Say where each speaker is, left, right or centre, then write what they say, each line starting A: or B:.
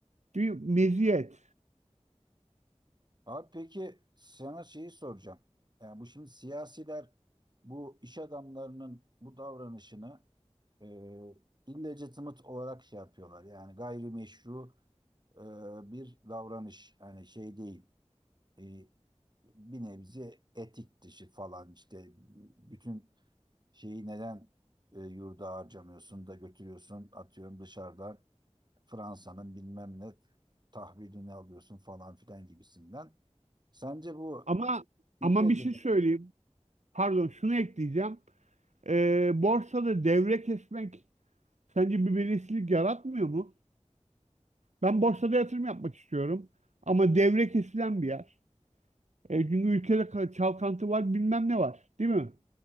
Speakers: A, on the right; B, on the right.
A: bir meziyet.
B: Abi peki sana şeyi soracağım. Yani bu şimdi siyasiler bu iş adamlarının bu davranışını e, illegitimate olarak şey yapıyorlar. Yani gayrimeşru e, bir davranış. Yani şey değil. e, bir nebze etik dışı falan işte bütün şeyi neden e, yurda harcamıyorsun da götürüyorsun atıyorum dışarıdan Fransa'nın bilmem ne tahvilini alıyorsun falan filan gibisinden. Sence bu
A: Ama
B: illegitimacy
A: ama bir şey söyleyeyim. Pardon, şunu ekleyeceğim. Ee, borsada devre kesmek sence bir belirsizlik yaratmıyor mu? Ben borsada yatırım yapmak istiyorum. Ama devre kesilen bir yer. E, çünkü ülkede ka- çalkantı var, bilmem ne var, değil mi?